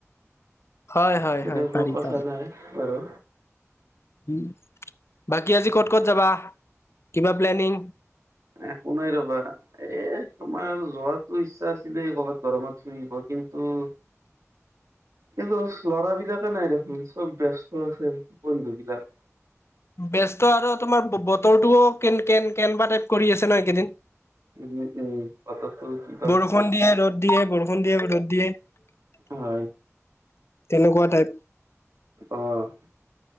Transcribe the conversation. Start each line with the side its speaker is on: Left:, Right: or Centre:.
Left: হয় হয়
Right: তেনেকুৱা
Left: হয় পাৰি
Right: কথা
Left: পাৰি
Right: নাই বাৰু।
Left: উ, বাকী আজি ক'ত, ক'ত যাবা কিবা প্লেনিং।
Right: একো নাই ৰ'বা এ, তোমাৰ যোৱাতো ইচ্ছা আছিলে কৰ'বাত গৰমত ফুৰিব। কিন্তু
Left: <inaudible>
Right: কিন্তু ল'ৰাবিলাকে নাই দেখোন চব ব্যস্ত আছে বন্ধু বিলাক।
Left: ব্যস্ত আৰু তোমাৰ বতৰটোও কে, কে, কেনবা টাইপ কৰি আছে ন এইকেইদিন
Right: উম, উম। কথাটো কিবা
Left: বৰষুণ দিয়ে ৰ'দ দিয়ে বৰষুণ দিয়ে ৰ'দ দিয়ে
Right: হয়।
Left: তেনেকুৱা টাইপ
Right: অ',